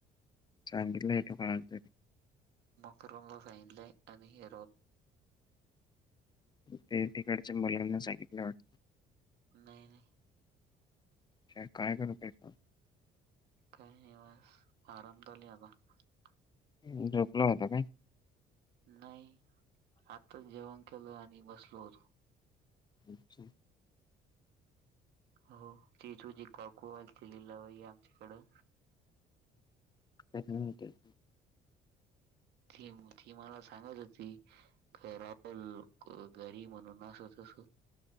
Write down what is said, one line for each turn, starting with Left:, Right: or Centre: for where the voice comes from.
Left: सांगितलंय तो पण आलते.
Right: <unintelligible> सांगितलंय आणि <inaudible>
Left: ते तिकडचे मुलींनाच सांगितलंय वाट
Right: नाही नाही.
Left: अच्छा काय करत आहेत बा.
Right: काही नाही बस आराम चालू आहे आता.
Left: हम्म झोपला होता काय?
Right: नाही आताच जेवण केलं आणि बसलो होतो.
Left: अच्छा.
Right: हो ती तुझी काकू आलती लिलाबाई आमच्याकड.
Left: <inaudible>
Right: ती <inaudible> मला सांगत होती. <unintelligible> घरी म्हणून अस तस.